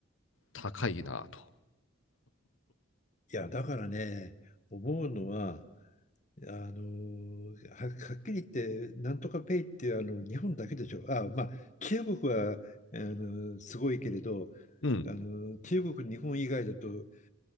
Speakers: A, on the left (about 80°); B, on the left (about 35°).
A: 高いなと。
B: いや、だからね、思うのは、あのーは、はっきり言って、なんとかペイってあの日本だけでしょ。あ、まあ、中国はあのすごいけれど、
A: うん、
B: あの中国、日本以外だと